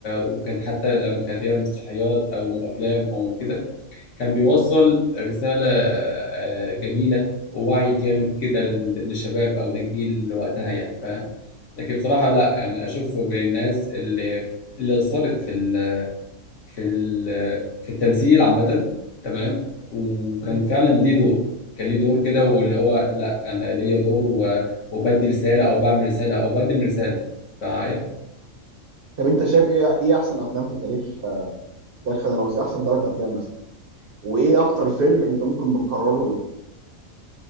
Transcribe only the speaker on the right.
م-
طب انت شايف ايه ايه احسن افلام في تاريخ تاريخ انا روزي احسن ثلاث افلام مثلا وايه اكتر فيلم انت ممكن بتكرره له